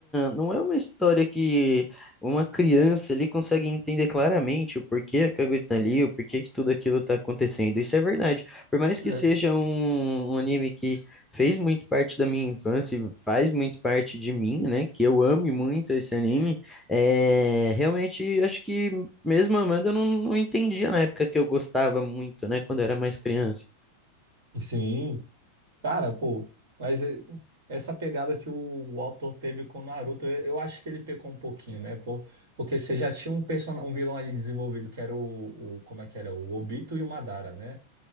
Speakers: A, in the centre; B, on the right.
A: Não é uma história que uma criança ali consegue entender claramente o porquê a Kaguya tá ali, o porquê que tudo aquilo tá acontecendo. Isso é verdade. Por mais que
B: é,
A: seja um, um anime que fez muito parte da minha infância e faz muito parte de mim, né? Que eu ame muito esse anime, é... realmente acho que mesmo amando eu não, não entendia na época que eu gostava muito, né? Quando eu era mais criança.
B: sim. Cara, pô, mas é, essa pegada que o, o autor teve com o Naruto, eu, eu acho que ele pecou um pouquinho, né? Pô, porque você já tinha um personagem, um vilão ali desenvolvido que era o, o, como é que era? O Obito e o Madara, né?